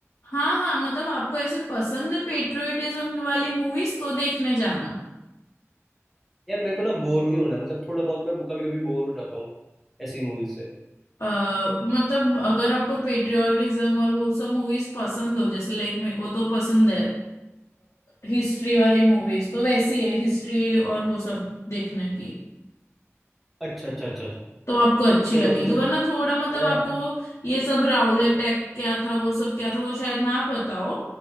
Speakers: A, on the left; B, in the centre.
A: हाँ हाँ मतलब आपको ऐसे पसंद है पेट्रियोटिज्म वाली मूवीज तो देखने जाना
B: यार मेरे को ना बोर नहीं होना है, मतलब थोड़ा बहुत मैं कभी कभी बोर हो जाता हूँ ऐसी मूवीज से
A: अ, मतलब अगर आपको पेट्रियोटिज्म और वो सब मूवीज पसंद हो जैसे लाइक मेरे को तो पसंद है हिस्ट्री वाली मूवीज तो वैसी है हिस्ट्री और वो सब देखने की
B: अच्छा अच्छा अच्छा अच्छा
A: तो आपको अच्छी
B: चलो
A: लगेगी
B: तो
A: वरना
B: चलो
A: थोड़ा मतलब
B: मैं
A: आपको ये सब राउलेट एक्ट क्या था वो सब क्या था वो शायद ना पता हो